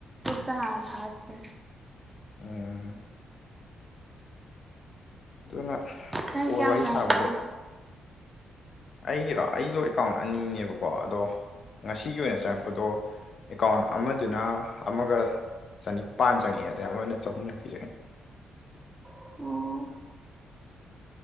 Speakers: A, on the right; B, on the left.
A: ꯅꯍꯥꯟ ꯊꯥꯔꯛꯇꯦ
B: ꯎꯝ ꯑꯗꯨꯅ
A: ꯅꯪ
B: ꯀꯣꯜ
A: ꯀꯌꯥꯝ
B: ꯋꯥꯔꯤ
A: ꯆꯪꯉꯛꯀꯦ
B: ꯁꯥꯕꯁꯦ ꯑꯩꯒꯤꯔꯣ ꯑꯩꯗꯣ ꯑꯦꯀꯥꯎꯟ ꯑꯅꯤꯅꯦꯕꯀꯣ ꯑꯗꯣ ꯉꯁꯤꯒꯤ ꯑꯣꯏꯅ ꯆꯪꯉꯛꯄꯗꯣ ꯑꯦꯀꯥꯎꯟ ꯑꯃꯗꯨꯅ ꯑꯃꯒ ꯆꯅꯤꯄꯥꯟ ꯆꯪꯉꯛꯑꯦ ꯑꯗꯩ ꯑꯃꯅ ꯆꯍꯨꯝ ꯌꯥꯡꯈꯩ ꯆꯪꯉꯦ
A: ꯑꯣ